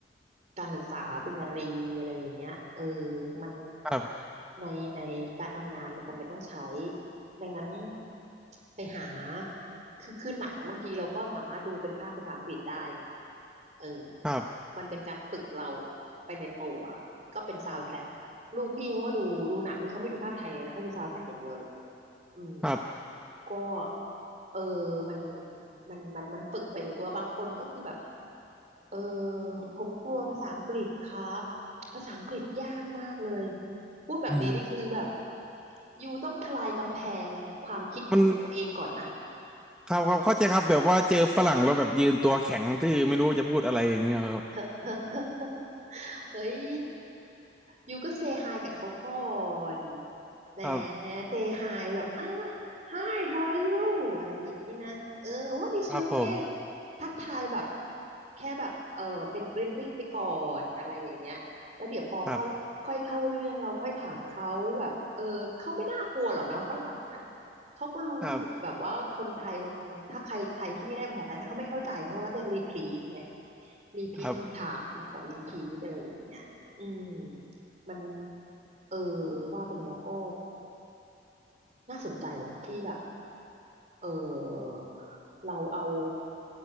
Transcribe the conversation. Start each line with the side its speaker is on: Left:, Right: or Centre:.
Right: การศึกษาปริญญาตรีอะไรอย่างเงี้ยเออมัน
Centre: ครับ
Right: ในในการทำงานมันจะไม่ต้องใช้ดังนั้นไปหาคือคือหนังบางทีเราก็สามารถดูเป็นภาคภาษาอังกฤษได้ไงเออ
Centre: ครับ
Right: มันเป็นการฝึกเราไปในตัวก็เป็นซาวด์แทร็กลูกพี่เขาก็ดูดูหนังนี่เขาไม่ดูภาคไทยนะเขาดูซาวด์แทร็กอย่างเดียวเลย อืม
Centre: ครั
Right: ก็เออมันมันมันมันฝึกไปในตัวบางคนก็คือแบบเออผมกลัวภาษาอังกฤษครับ ภาษาอังกฤษยากมากเลย พูดแบบนี้นี่คือแบบ
Centre: บ
Right: อยู่ต้องทลายกำแพงความคิดของตัวเองก่อนนะ
Centre: มันครับครับเข้าใจครับแบบว่าเจอฝรั่งแล้วแบบยืนตัวแข็งทื่อไม่รู้จะพูดอะไรอย่างเงี้ยครับ
Right: <laughs> เอ้ย ยูก็เซฮายกับเขาก่อนแหม
Centre: ครับ
Right: เซฮายแบบอ่า Hi how are you อะไรอย่างนี้นะเออ what is
Centre: ครับผม
Right: your name ทักทายแบบแค่แบบเออเป็น greeting ไปก่อนอะไรอย่างเงี้ยแล้วเดี๋ยวพอเขาค่อยเข้าเรื่องเราค่อยถามเขาแบบเออเขาไม่น่ากลัวหรอกนะฝรั่งอ่ะ
Centre: ครับ
Right: เขาก็รู้อยู่แบบว่าคนไทยบางถ้าใครใครที่ไม่ได้ภาษาไทยถ้าเขาไม่เข้าใจเขาก็จะรีพีทไง
Centre: ครับ
Right: รีพีทคำถาม
Centre: ครับ
Right: ขอรีพีทอะไรอย่างเงี้ยอืมมันเออว่าไปแล้วก็น่าสนใจนะที่แบบเออเราเอา